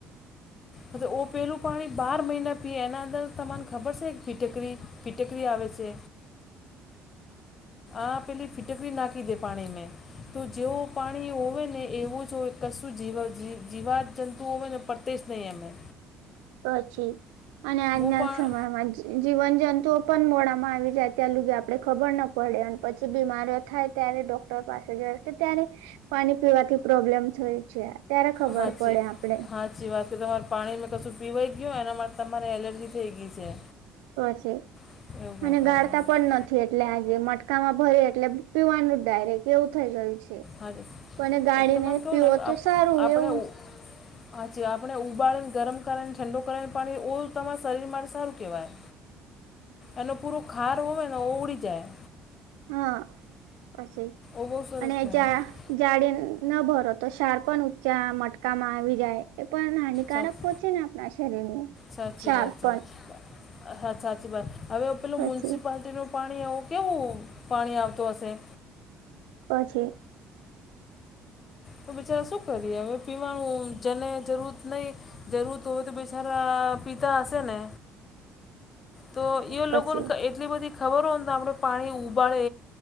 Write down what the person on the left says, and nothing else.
હ ત ઓ પેલું પાણી બાર મહિના પીએ એના અંદર તમને ખબર છે ફિટકરી ફિટકરી આવે છે
આપ પેલી ફિટકડી નાખી દે પાણીમે તો જેવો પાણી હોવે ને એવું જ હોય કશું જીવ જી જીવાત જંતુઓવે ને પડતે જ નહીં એમે
હું પણ
હાચે
હા જીવાત કે તમારું પાણી મે કશું પીવાઈ ગયું એના માટે તમારે એલર્જી થઈ ગઈ છે
એવું કરતા
હોય
હાજી
તમારે કહું
ને આપ
આપણે
હાચી આપણે ઉબાળીને ગરમ કરીને ઠંડો કરેને પાણી ઓ તમારા શરીર માટે સારું કેવાય
એનો પૂરો ખાર હોય ને ઉડી જાય
ઓ બહુ સરસ
કહેવાય
સાચ
સાચી
વાત છે
હા સાચી વાત હવે પેલુ
મૂયનિસિપાલટી નુ પાણી આવું કેવું પાણી આવતું હશે
તો બિચારા શું કરીએ હવે પીવાનું જેને જરૂર નહી જેરુર તો જ બિચારા પીતા હશેને તો એ
લોકોને એટલી બધી ખબર હોય ને આપણે પાણી ઉબાળે